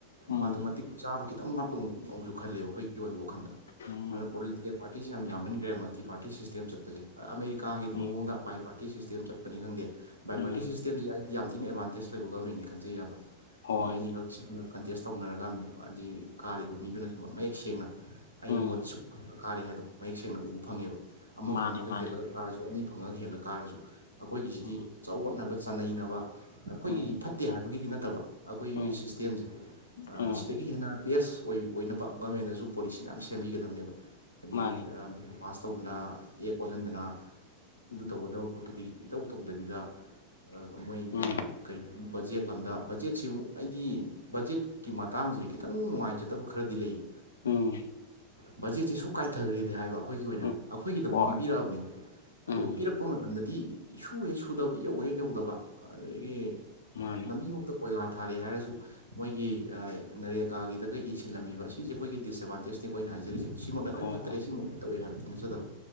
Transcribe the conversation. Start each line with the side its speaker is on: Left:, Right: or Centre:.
Left: ꯎꯝ
Right: ꯃꯥꯗꯣ ꯃꯇꯤꯛ ꯆꯥꯕ ꯈꯤꯇꯪ ꯋꯥꯠꯄ ꯑꯨꯛꯁꯨ ꯈꯜꯂꯦꯕ ꯑꯩꯈꯣꯏꯒꯤ ꯑꯣꯏꯕ ꯋꯥꯈꯜꯗ
Left: ꯎꯝ
Right: ꯑꯗꯨꯅ ꯄꯣꯤꯦꯜ ꯄꯥꯔꯇꯤꯁꯦ ꯌꯥꯝ ꯌꯥꯝꯃꯟꯈ꯭ꯔꯦ ꯃꯜꯇꯤ ꯄꯥꯔꯇꯤ ꯁꯤꯁꯇꯦꯝ ꯆꯠꯄꯁꯦ ꯑꯃꯦꯔꯤꯀꯥꯒꯤ
Left: ꯎꯝ
Right: ꯃꯑꯣꯡꯗ ꯕꯥꯏ ꯄꯥꯔꯇꯤ ꯁꯤꯁꯇꯦꯝ ꯆꯠꯄ ꯅꯤ ꯈꯪꯗꯦ ꯕꯥꯏ
Left: ꯎꯝ
Right: ꯄꯔꯇꯤ ꯁꯤꯁꯇꯦꯝꯁꯤ ꯑꯩꯗꯤ ꯌꯥꯝ ꯊꯤꯅ ꯑꯦꯗꯚꯥꯟꯇꯦꯖ ꯂꯩꯕ ꯒꯣꯔꯃꯦꯟꯅꯤ ꯈꯟꯖꯩ ꯏꯌꯥꯝꯕ
Left: ꯍꯣꯏ
Right: ꯃꯤ ꯑꯅꯤꯈꯛ ꯁꯤꯅ ꯀꯟꯇꯦꯁ ꯇꯧꯅꯔꯒ ꯍꯥꯏꯗꯤ ꯀꯥꯔꯤꯕ ꯃꯤꯗꯨꯅ ꯁꯨꯝ ꯃꯌꯦꯛ ꯁꯦꯡꯅ ꯑꯩꯅ
Left: ꯎꯝ
Right: ꯕꯣꯠ ꯁꯨꯛ ꯀꯥꯔꯦ ꯍꯥꯏꯗꯣ ꯃꯌꯦꯛ ꯁꯦꯡꯅ ꯎꯕ ꯐꯪꯉꯦꯕ ꯑꯃ
Left: ꯃꯥꯅꯦ
Right: ꯐꯪꯉꯒ
Left: ꯃꯥꯅꯦ
Right: ꯍꯦꯜꯂꯒ ꯀꯥꯔꯁꯨ ꯑꯅꯤ ꯐꯪꯉꯒ ꯍꯦꯜꯂꯀꯥꯔꯁꯨ ꯑꯩꯈꯣꯏꯒꯤꯁꯤꯗꯤ
Left: ꯎꯝ
Right: ꯆꯥꯎꯈꯠꯅꯕ ꯆꯥꯅꯕ ꯑꯩꯈꯣꯏꯒꯤ
Left: ꯎꯝ
Right: ꯐꯠꯇꯦ ꯍꯥꯏꯕꯒꯤꯗꯤ ꯅꯠꯇꯕ ꯑꯩꯈꯣꯏꯒꯤ
Left: ꯎꯝ
Right: ꯁꯤꯁꯇꯦꯝꯁꯦ
Left: ꯎꯝ
Right: ꯁꯤꯗꯒꯤ ꯍꯦꯟꯅ ꯕꯦꯁ ꯑꯣꯏ ꯑꯣꯏꯅꯕ ꯒꯃꯦꯟꯅꯁꯨ ꯄꯣꯂꯤꯁꯤ ꯃꯌꯥꯝ ꯁꯦꯝꯕꯤꯒꯗꯕꯅꯦꯕ ꯍꯥꯏꯗꯤ
Left: ꯃꯥꯅꯦ
Right: ꯕꯤꯜ ꯄꯥꯁ ꯇꯧꯗꯨꯅ ꯑꯦꯛ ꯑꯣꯜꯍꯟꯗꯅ
Left: ꯎꯝ
Right: ꯑꯗꯨ ꯇꯧꯒꯗꯕ ꯄꯣꯠꯇꯨꯒꯤ ꯏꯇꯧ ꯇꯧꯗꯕꯤꯗ ꯃꯣꯏ
Left: ꯎꯝ
Right: ꯒꯤ ꯀꯩ ꯕꯖꯦꯠ ꯂꯝꯗ ꯕꯖꯦꯠꯁꯤꯃꯨꯛ ꯑꯩꯗꯤ ꯕꯖꯦꯠ ꯀꯤ ꯃꯇꯥꯡꯁꯦ ꯈꯤꯇꯪ ꯅꯨꯡꯉꯥꯏꯖꯗꯕ ꯈꯔꯗꯤ ꯂꯩꯌꯦ
Left: ꯎꯝ
Right: ꯕꯖꯦꯠꯁꯦ ꯁꯨ ꯀꯥꯏꯊꯈ꯭ꯔꯦꯗꯤ ꯍꯥꯏꯕ ꯑꯩꯈꯣꯏꯒꯤ ꯑꯣꯏꯅ
Left: ꯎꯝ
Right: ꯑꯩꯈꯣꯏꯒꯤꯗꯃꯛ
Left: ꯍꯣꯏ
Right: ꯄꯤꯕꯤꯔꯛꯑꯕꯅꯦꯕ
Left: ꯎꯝ
Right: ꯑꯗꯨꯒ ꯄꯤꯔꯛ ꯀꯛꯄ ꯃꯇꯝꯗꯗꯤ ꯁꯁꯨ ꯍꯦꯛ ꯁꯨꯗꯕ ꯌꯧ ꯍꯦꯛ ꯌꯧꯗꯕ ꯑꯗꯨꯗꯒꯤ
Left: ꯃꯥꯅꯦ
Right: ꯂꯝꯕꯤꯃꯛꯇ ꯀꯣꯏꯂꯥ ꯊꯥꯔꯦ ꯍꯥꯏꯔꯁꯨ ꯃꯣꯏꯒꯤ ꯅꯔꯦꯒꯥꯒꯤꯗꯒ ꯏꯁꯤꯜꯂꯝꯃꯤꯕ ꯁꯤꯁꯦ ꯑꯩꯈꯣꯏꯒꯤ ꯗꯤꯁꯑꯦꯠꯕꯥꯟꯇꯦꯖꯅꯤꯀꯣ ꯑꯩꯅ ꯍꯥꯏꯖꯔꯤꯁꯦ ꯁꯤꯃꯛꯅ ꯂꯣꯏ
Left: ꯍꯣꯏ
Right: ꯐꯠꯇꯔꯦ
Left: ꯍꯣꯏ
Right: ꯁꯤꯃꯛ ꯂꯣꯏ ꯇꯧꯋꯦ ꯍꯥꯏꯕꯗꯤ ꯅꯠꯆꯗꯕ